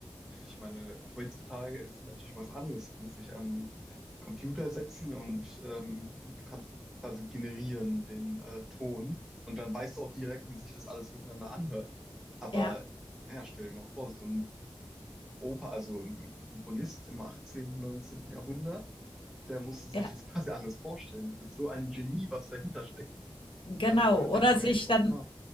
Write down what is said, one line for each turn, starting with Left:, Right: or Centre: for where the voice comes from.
Centre: ich meine, heutzutage ist natürlich was anderes. Du kannst dich an Computer setzen und ähm, du kannst quasi generieren den äh, Ton und dann weißt du auch direkt, wie sich das alles miteinander anhört. Aber
Left: ja,
Centre: naja, stell dir mal vor, so ein Oper, also ein Komponist im 18., 19. Jahrhundert, der musste sich
Left: ja,
Centre: das <laughs> quasi alles vorstellen. Das ist so ein Genie, was dahinter steckt.
Left: genau.
Centre: Darüber denkt
Left: Oder
Centre: man
Left: sich
Centre: gar nicht so
Left: dann,
Centre: oft nach.